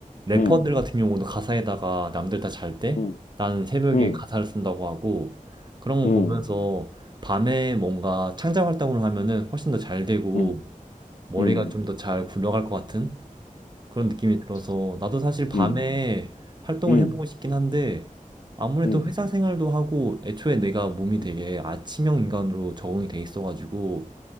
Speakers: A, on the right (about 30°); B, on the left (about 70°).
A: 래퍼들
B: 음,
A: 같은 경우도 가사에다가 남들 다 잘 때
B: 음,
A: 나는 새벽에
B: 음,
A: 가사를 쓴다고 하고 그런 거
B: 음,
A: 보면서 밤에 뭔가 창작 활동을 하면은 훨씬 더 잘 되고
B: 음,
A: 머리가
B: 음,
A: 좀 더 잘 굴러갈 것 같은 그런 느낌이 들어서
B: 맞아.
A: 나도 사실 밤에
B: 음,
A: 활동을
B: 음,
A: 해보고 싶긴 한데 아무래도
B: 음,
A: 회사 생활도 하고 애초에 내가 몸이 되게
B: 음,
A: 아침형 인간으로 적응이 돼 있어가지고